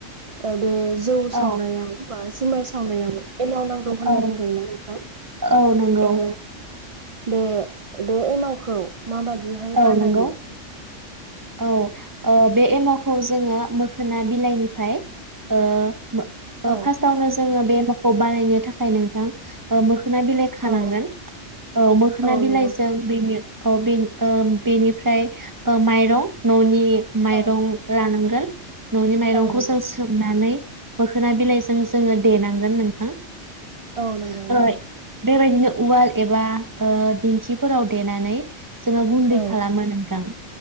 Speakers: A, on the right; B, on the right.
A: ओं बे जौ
B: औ
A: सावनायाव बा जुमाय सावनायाव एमाव नांगौ होनना
B: औ
A: बुंदोंना नोंथां
B: औ नंगौ
A: ओ बे बे एमावखौ माबादिहाय
B: औ
A: बानायो
B: नंगौ औ ओ बे एमावखौ जों मोखोनार बिलाइनिफ्राय ओ
A: औ
B: फार्स्टआवनो जों बे एमावखौ बानायनो थाखाय नोंथां ओ मोख मोखोनार बिलाइ खानांगोन
A: औ
B: औ मोखोनार
A: औ
B: बिलाइजों
A: नंगौ
B: बेनि औ बि <inaudible> बेनिफ्राय माइरं ननि माइरं
A: औ
B: लानांग <inaudible> ननि माइरंखौ
A: औ नंगौ
B: जों सोमनानै मोखोनार बिलाइजों जों देनांगोन नोंथां
A: औ नंगौ
B: <unintelligible>
A: नंगौ
B: बेबायदिनो उवाल एबा ओ दिंखिफोराव देनानै जोङो गुन्दै
A: औ
B: खालामो नोंथां।